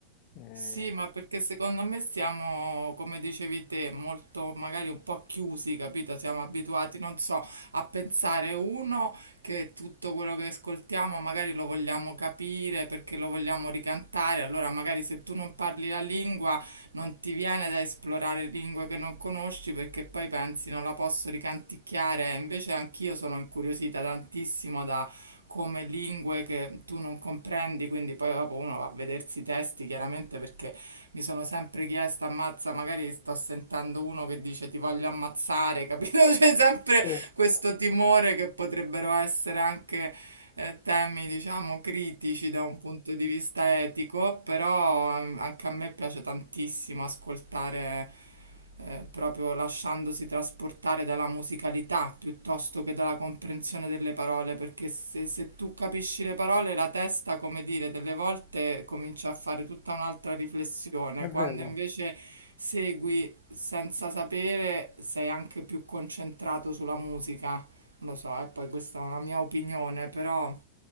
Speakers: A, on the left; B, on the right.
A: eh,
B: Sì, ma perché secondo me siamo, come dicevi te, molto magari un po' chiusi, capito? Siamo abituati, non so, a pensare uno che tutto quello che ascoltiamo magari lo vogliamo capire perché lo vogliamo ricantare, allora magari se tu non parli la lingua non ti viene da esplorare lingue che non conosci perché poi pensi non la posso ricanticchiare, invece anch'io sono incuriosita tantissimo da come lingue che tu non comprendi, quindi poi dopo uno va a vedersi i testi chiaramente perché mi sono sempre chiesta, ammazza, magari sto sentendo uno che dice ti voglio ammazzare, <laughs> capito? C'è sempre
A: Mm.
B: questo timore che potrebbero essere anche eh, temi, diciamo, critici da un punto di vista etico, però ehm, anche a me piace tantissimo ascoltare, eh, proprio lasciandosi trasportare dalla musicalità piuttosto che dalla comprensione delle parole, perché se, se tu capisci le parole, la testa, come dire, delle volte comincia a fare tutta un'altra riflessione,
A: è vero,
B: quando invece segui senza sapere, sei anche più concentrato sulla musica. Lo so, e poi questa è una mia opinione, però